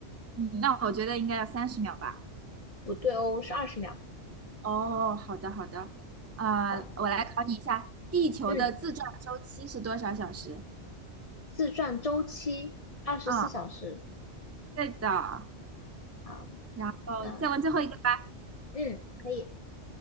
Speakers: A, on the right; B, on the left.
A: 嗯，那我觉得应该要三十秒吧。
B: 不对哦，是二十秒。
A: 哦，好的好的，啊、
B: 好，
A: 我来考你一下，地球的自转周期是多少小时？
B: 嗯，自转周期二十四小时。
A: 啊、对的，
B: 好，
A: 然后再问最后一个吧。
B: 那嗯，可以。